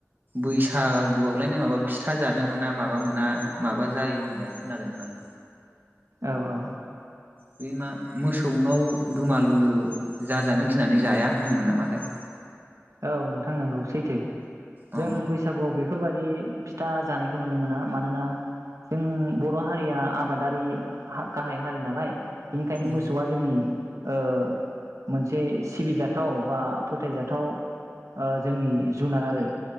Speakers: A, on the right; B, on the right.
A: बैसागुआवलायनो माबा फिथा जानो मोना माबा मोना माबा जायो होननाय खोनादोंमोन आं।
B: औ औ।
A: बे मा मोसौनाव दुमालु जाजानो गिनानै जाया होनोमोन नामाथाय।
B: औ नोंथां नंगौ सैथो
A: अ
B: जों बैसागुआव बेफोरबादि। फिथा जानायखौ नुनो मोना मानोना जों बर' हारिया आबादारि हा-गाहाय हारि नालाय। बिनिखायनो
A: उम
B: मोसौआ जोंनि। ओ मोनसे सिबिजाथाव बा फोथायजाथाव। ओ जोंनि जुनार आरो